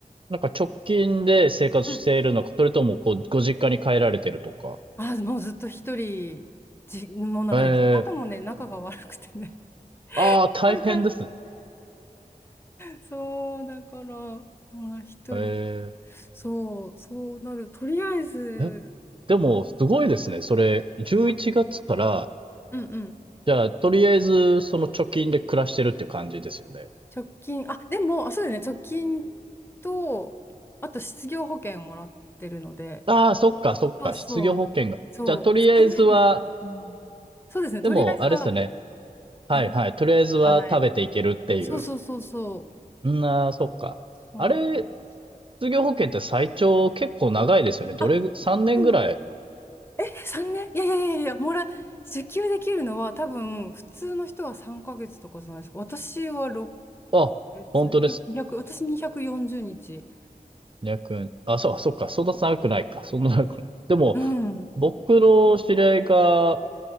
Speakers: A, on the right; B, on the left.
A: なんか直近で生活しているのか、
B: うん。
A: それともこう、ご実家に帰られてるとか。
B: あ、もうずっと一人、じ、<laughs> もうなんかね、
A: ええ
B: 実家ともね、仲が悪くてね。<laughs>
A: ああ、大変ですね。
B: だから、そう、だから、まあ一人、
A: え
B: そう、そうなる。とりあえず、
A: ええ、でも、すごいですね。それ、11月から、
B: うんうんうん。
A: じゃあ、とりあえず、その貯金で暮らしてるって感じですよね。
B: 直近、あ、でも、あ、そうだよね、直近と、あと失業保険もらってるので、
A: ああ、そっか、そっか。
B: そうそう。
A: 失業保険が。
B: そう、
A: じゃあ、とりあえずは、
B: 少ないです。うん。そうですね、
A: でも、
B: とりあえずは
A: あれですよね。はい、
B: 大丈
A: はい。とりあえずは食べていけるっていう。
B: 夫、賄えてる。そうそうそうそう、
A: うんああ、そっか。
B: そうなんです。
A: あれ、失業保険って最長結構長いですよね。どれぐ、
B: あ、
A: 3年ぐらい。
B: そうなんです。3年いやいやいやいや、もら、受給できるのは多分、普通の人は3ヶ月とかじゃないですか。私は6ヶ月、
A: あ、本当ですか。
B: 200、私240日。
A: 200円。あ、そう、そっか。そんな長くないか。そんな長くない。でも、
B: うん。
A: 僕の知り合いが